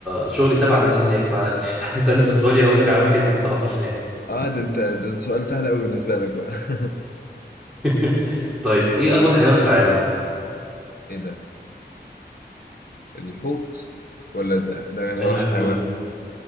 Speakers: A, in the centre; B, on the left (about 60°).
A: شغلي تبع ناس هناك ف <laughs> استني في استراليا هقول لك على اماكن انت ما تعرفهاش هناك
B: اه ده انت ده سؤال سهل قوي بالنسبة لك بقى
A: <laughs> طيب ايه اكبر حيوان في العالم؟
B: <laughs> ايه ده الحوت ولا ده, ده ما يعتبرش
A: أنهي واحد
B: حيوان
A: فيهم